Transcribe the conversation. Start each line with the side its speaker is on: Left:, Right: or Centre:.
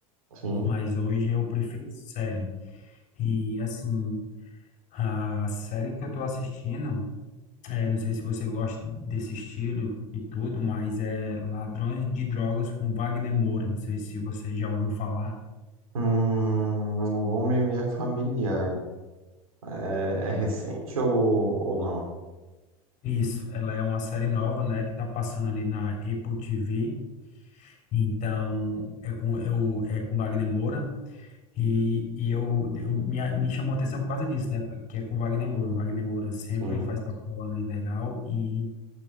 Right: Sim.
Left: mas hoje eu prefiro série. E assim, a série que eu tô assistindo É, não sei se você gosta desse estilo e tudo, mas é Ladrões de Drogas com Wagner Moura. Não sei se você já ouviu falar.
Right: Hum, o nome me é familiar. É, é recente ou, ou não?
Left: Isso, ela é uma série nova, né, que tá passando ali na Apple TV. Então, é com eu é com Wagner Moura e, e eu, eu me, me chamou a atenção por causa disso, né, que é com Wagner Moura. O Wagner Moura sempre
Right: Sim,
Left: faz papel ali legal e